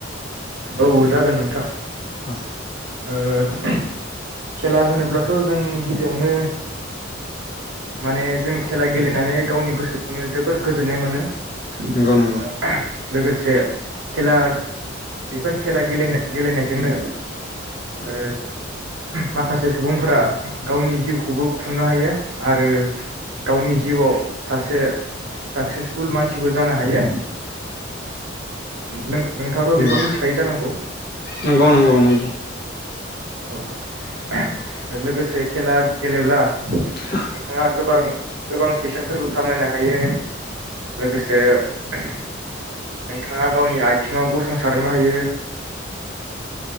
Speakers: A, on the right (about 75°); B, on the left (about 55°).
A: औ जागोन नोंथां।
B: औ
A: ओ खेला होनोब्लाथ' जों गिबियावनो माने जों खेला गेलेनानै गावनि गोसोखौनो जोबोर गोजोननाय मोनो। ओ
B: नंगौ नंगौ
A: लोगोसे खेला बेफोर खेला गेलेना गेलेनायजोंनो ओ माखासे सुबुंफोरा गावनि जिउखौबो खुंनो हायो। आरो गावनि जिउआव सासे साक्सेसफुल मानसिबो जानो हायो नों नोंथाङाथ'
B: नंगौ
A: बेखौ मिथिखायो जानांगौ
B: नंगौ नंगौ नंगौ।
A: औ लोगोसे खेला गेलेब्ला
B: <inaudible>
A: नोंथाङा गोबार-गोबां फैसाफोरबो खामायनो हायो लोगोसे नोंथाङा गावनि आथिङाव गसंसारनो हायो